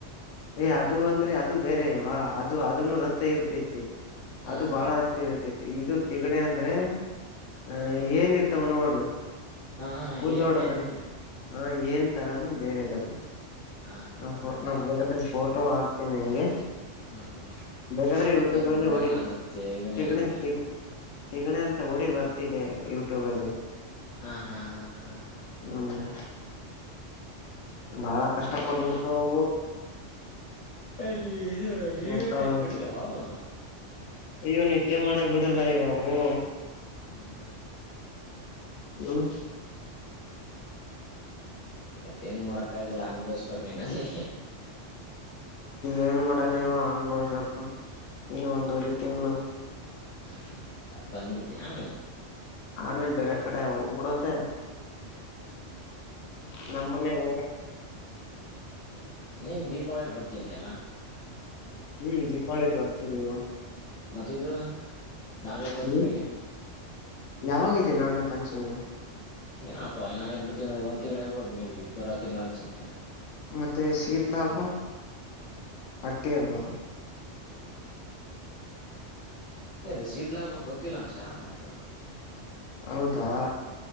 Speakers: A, on the left; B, on the left.
A: ಏಯ್ ಅದು ಅಂದ್ರೆ ಅದು ಬೇರೆವಾ ಅದು ಅದನು ರಕ್ತ ಇರ್ತೈತಿ
B: ಹಾ
A: ಅದು
B: ಹಾ
A: ಬಹಳ ಇದು ತಿಗಣೆ ಅಂದ್ರೆ ಆಹ ಏನ್ ಇರ್ತಾವ ನೋಡು
B: ಹಾ ಹಾ
A: ಕೂದಲ
B: ಏನ್
A: ಒಡ <unintelligible>
B: ಏನ್
A: ಕಡೆ
B: ಏನ್
A: ಹ ಏನ್ ತರಾನೇ ಬೇರೆದದು
B: ಹಾ ಹಾ
A: ನಾನಾನು
B: ಆತರ ಆತರ
A: ಬೇಕಾದೆ ಫೋಟೋ ಹಾಕ್ತೇನೆ ನಿಮಗೆ.
B: ಹ್ಮ್ ಹ್ಮ್
A: ಬೇಕಾದ್ರೆ ಯೂಟ್ಯೂಬ
B: ಆಕಿರ
A: ಅಲ್ಲಿ
B: ನೋಡಲ್ಲ
A: ವಡಿ
B: ಅನತ್ತೆ ಈಗನ
A: ತಿಗಣೆ
B: ಏನ್
A: ತಿಗ ತಿಗಣೆ ಅಂತ ವಡಿ ಬರ್ತಿದೆ ಯೂಟ್ಯೂಬಲ್ಲಿ.
B: ಹಾ, ಹಾ, ಹಾ, ಹಾ
A: ಹ್ಮ್ <inaudible> ಬಾಳ ಕಷ್ಟ ಕೊಟ್ಬಿಡ್ತಾವವು.
B: ಅರಿ <unintelligible> ಇದು ಇರುವೆ
A: ಅಂತ
B: ಟೈಪ್
A: ಅನ್ಸತಿ
B: ಕಡಿತಾವ ಅವು.
A: ಅಯ್ಯೋ! ನಿದ್ದೆ ಮಾಡಕ್ ಬಿಡಲ್ಲ ಅಯ್ಯ ಅವು.
B: ಹ್ಮ ಹ್ಮ <inaudible>
A: ಹ್ಮ್ <unintelligible>
B: ಮತ್ತೇಏನ್ ಮಾಡೋಕ ಆಗಲ್ಲ ಅನ್ಭವಿಸ್ಬೇಕ್ ನೀನ್ ಅಲ್ಲಿ.
A: ಏನ್ ಮಾಡಾನೆ ಯವ ಅನ್ಬೋಸ್ಬೇಕು ಇನ್ನು ಒಂದುವರೆ ತಿಂಗಳು.
B: ಹ್ಮ್ ಹ್ಮ <unintelligible> ಬಂದ್ಬಿಡ್ತೀಯ ಆಮೇಲೆ.
A: ಆಮೇಲೆ ಬೇರೆ ಕಡೆ ಹೋಗ್ಬಿಡೋ <unintelligible> ತ್ತೆ. ನಮ್ಮ್ ಮನೆಗೆ ಹೋಗ
B: ನೀನ್ ದೀಪಾವಳಿಗ್ ಬರ್ತೀನಿ ಅಂದಿಯಲ್ಲಾ.
A: ಹ್ಮ್, ದೀಪಾವಳಿಗಿ ಬರ್ತೀನಿ.
B: ಮತ್ತೆಇದು ನಾಗರ ಪಂಚಮಿಗೆ.
A: ಹ್ಮ್ ಯಾವಾಗೈತೆ ನಾಗರ ಪಂಚಮಿ?
B: ಏನಪ್ಪಾ ಇನ್ನಾ ಎರಡು ತಿಂಗಳು, ಒಂದ ತಿಂಗಳು ಇರ್ಬೋದು ಮೇ ಬಿ ಬರೊ ತಿಂಗಳ ಅನ್ಸುತ್ತೆ.
A: ಮತ್ತೆ ಶೀತ್ಲಾ ಹಬ್ಬ, ಹಟ್ಟಿ ಹಬ್ಬ.
B: ಅ ಅದು ಶೀತಲಾಭ ಗೊತ್ತಿಲ್ಲ ಅಂಷಾ <unintelligible> ಅದು
A: ಹೌದಾ,